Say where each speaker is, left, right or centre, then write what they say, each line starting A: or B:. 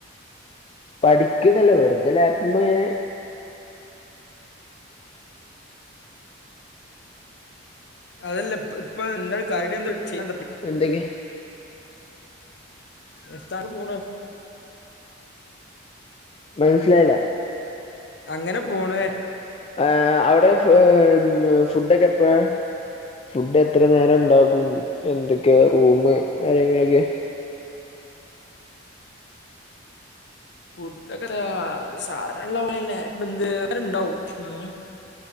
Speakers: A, on the left; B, on the left.
A: പഠിക്കുന്നല്ലേ വെറുതെ ലാപുംമേങ്ങനെ
B: അതല്ല ഇപ്പൊ എന്താണ് കാര്യയായിട് എന്തേലു ചെയ്യാ
A: എന്തെങ്കി
B: ഇഫ്ത്താണ് പൂണ്
A: മനസ്സിലായില്ല
B: അങ്ങനെ പോണ്
A: ഏഹ് അവിടെ ഉഹ്മ് ഫുഡൊക്കെ എപ്പോഴാ ഫുഡ് എത്ര നേരം ഉണ്ടാകും എന്തൊക്കെയാ റൂമ് കാര്യങ്ങളൊക്കെ
B: ഫുഡൊക്കെരയാ സാധനല്ലോ നല്ലെനെ <unintelligible> ഉം